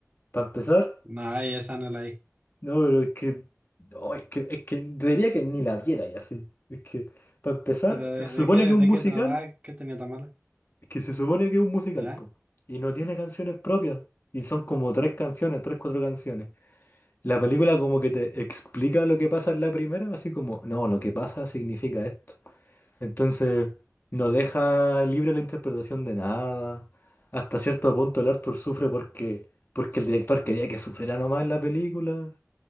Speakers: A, on the left (about 40°); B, on the right (about 25°).
A: Para empezar.
B: No, ahí esa no la vi.
A: No, pero es que. No, es que, es que te diría que ni la viera ya, así Es que, para empezar,
B: Pero de,
A: se supone
B: de qué, de
A: que es un musical.
B: qué trataba, qué tenía tan malo,
A: Es que se supone que es un musical,
B: ¿ya?
A: po. Y no tiene canciones propias. Y son como tres canciones, tres, cuatro canciones. La película como que te explica lo que pasa en la primera, así como, no, lo que pasa significa esto. Entonces, no deja libre la interpretación de nada. Hasta cierto punto el Arthur sufre porque, porque el director quería que sufriera nomás en la película.